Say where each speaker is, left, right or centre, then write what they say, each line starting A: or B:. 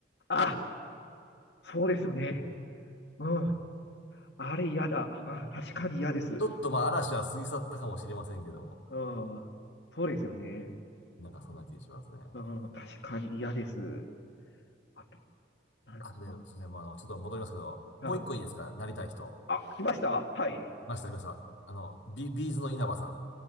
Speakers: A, on the left; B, on the left.
A: あ、そうですよね。うん。あれ嫌だ。あ、確かに嫌です。
B: ちょっとまあ嵐は過ぎ去ったかもしれませんけども。
A: うん。そうですよね。
B: なんかそんな気がしますね。
A: うん、確かに嫌です。あなるほど
B: あとで、すみません、もうあの、ちょっと戻りますけど、
A: あ、
B: もう一個いいですかなりたい人。
A: あ来ましたはい。
B: いました、いました。あの、ビ、ビーズの稲葉さん。